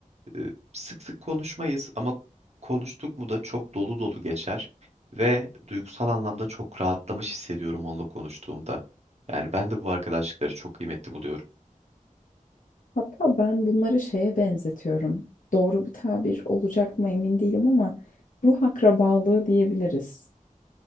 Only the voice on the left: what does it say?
Hatta ben bunları şeye benzetiyorum. Doğru bir tabir olacak mı emin değilim ama ruh akrabalığı diyebiliriz.